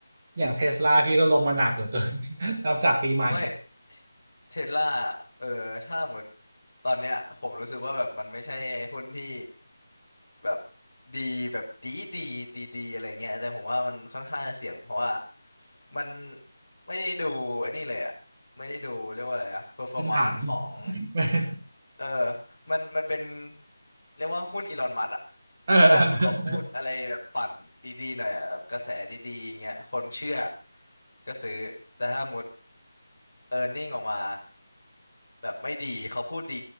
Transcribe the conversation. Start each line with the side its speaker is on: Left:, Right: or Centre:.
Right: อย่างเทสลาพี่ก็ลงมาหนักเหลือเกิน <laughs> นับจากปีใหม่
Left: ไม่ เทสลาเออ ถ้าหมดตอนเนี้ยผมรู้สึกว่าแบบมันไม่ใช่หุ้นที่แบบดีแบบดีดีดีดีอะไรเงี้ยแต่ผมว่ามันค่อนข้างจะเสี่ยงเพราะว่ามันไม่ได้ดูไอันนี้เลยอะไม่ได้ดูเรียกว่าอะไรอะเ e อร์ฟอร์มานซ์ของ
Right: ขึ้นฐาน <laughs>
Left: เออมัน มันเป็นเรียกว่าหุ้นอีลอนมัสก์อะ
Right: เออ
Left: คือถ้าสมมติเขาพูดอะไรแบบปั่นดีๆหน่อยอะแบบกระแสดีๆอย่างเงี้ยคนเชื่อก็ซื้อแต่ถ้าสมมติเออร์เน็งออกมาแบบไม่ดีเขาพูดดี